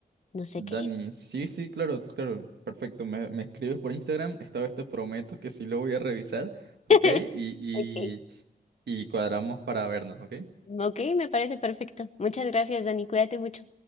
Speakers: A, on the left; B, on the right.
A: no sé
B: Dani,
A: qué.
B: sí, sí, claro, claro, perfecto. Me, me escribes por Instagram, esta vez te prometo que sí lo voy a revisar,
A: <laughs>
B: ¿ok? Y,
A: Ok,
B: y, y cuadramos para vernos, ¿ok?
A: ok, me parece perfecto. Muchas gracias, Dani. Cuídate mucho.